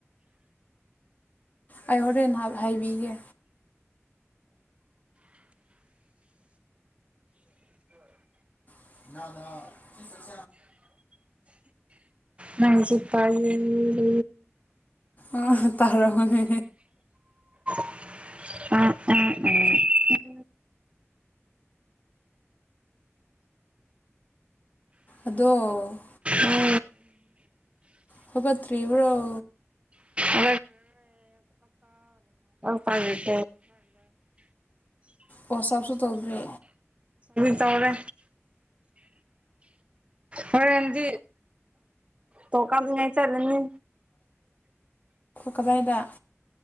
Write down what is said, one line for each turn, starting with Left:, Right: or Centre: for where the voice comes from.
Left: ꯑꯩ ꯍꯣꯔꯦꯟ ꯍꯥꯏꯕꯤꯒꯦ <unintelligible>
Right: ꯅꯪꯁꯨ ꯄꯥꯏꯌꯦ ꯔꯦ
Left: ꯑꯣ ꯇꯥꯎꯔꯝꯃꯅꯤ
Right: ꯎꯝ ꯎꯝ ꯎꯝ
Left: ꯑꯗꯣ
Right: ꯎꯝ
Left: ꯍꯧꯒꯠꯇ꯭ꯔꯤꯕ꯭ꯔꯣ
Right: <unintelligible> <unintelligible> ꯎꯝ ꯁꯔꯕꯤꯛ
Left: ꯋꯥꯆꯞꯁꯨ ꯇꯧꯗ꯭ꯔꯤ
Right: ꯇꯧꯔꯦ ꯍꯔꯦꯟꯗꯤ ꯇꯣ ꯀꯥꯞꯅꯤꯡꯉꯥꯢ ꯆꯠꯂꯅꯤ
Left: ꯀꯗꯥꯢꯗ